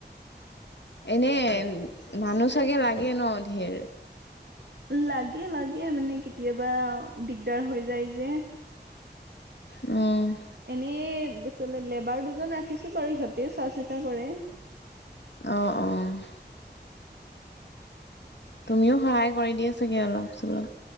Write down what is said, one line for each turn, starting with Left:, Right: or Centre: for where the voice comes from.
Left: এনে মানুহ চাগে লাগে ন ঢেৰ?
Right: লাগে লাগে মানে কেতিয়াবা দিগদাৰ হৈ যায় যে।
Left: উম।
Right: এনেই কি লেবাৰ দুজন ৰাখিছো বাৰু সিহঁতে চোৱা চিতা কৰে।
Left: অ' অ'। তুমিও সহায় কৰি দিয়া চাগে অলপ চলপ।